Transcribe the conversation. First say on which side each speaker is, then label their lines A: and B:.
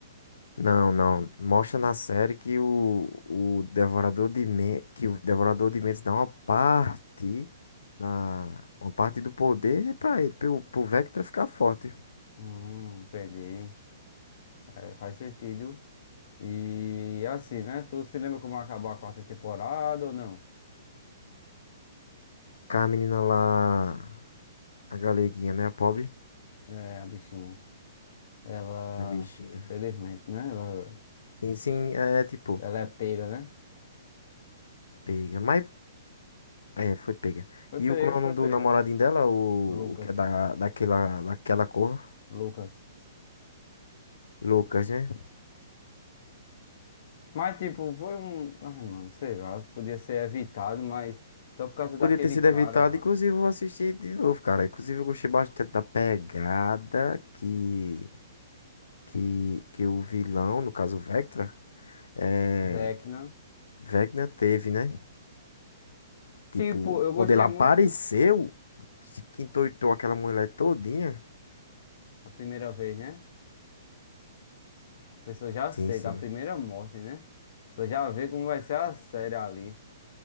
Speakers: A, on the left; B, on the left.
A: Não, não. Mostra na série que o, o Devorador de Me... que o Devorador de Mentes dá uma parte da uma parte do poder pra ele, pro, pro Vectra ficar forte.
B: Hum, entendi. É, faz sentido. E assim, né? Tu se lembra como acabou a quarta temporada ou não?
A: Ficar a menina lá, a galeguinha, né, a pobre,
B: É, a bichinha. Ela,
A: a bichinha.
B: infelizmente, né? Ela,
A: Sim, sim, é tipo,
B: ela é pega, né?
A: pega, mas é, foi pega.
B: Foi
A: E
B: pega,
A: o como é o
B: foi
A: nome
B: pega.
A: do namoradinho dela, o,
B: Lucas,
A: o que é da, daquela daquela cor,
B: Lucas.
A: Lucas, né?
B: Mas, tipo, foi um. Ai, mano, sei lá, podia ser evitado, mas só por causa daquele
A: Podia ter sido
B: cara,
A: evitado,
B: mano.
A: inclusive eu vou assistir de novo, cara. Inclusive eu gostei bastante da pegada que, que, que o vilão, no caso o Vectra, é,
B: Vecna.
A: Vecna teve, né? Tipo,
B: Tipo, eu
A: quando
B: gostei
A: ele apareceu,
B: muito.
A: que endoidou aquela mulher todinha.
B: A primeira vez, né? A pessoa já aceita
A: Sim, sim.
B: a primeira morte, né? A pessoa já vê como vai ser a série ali,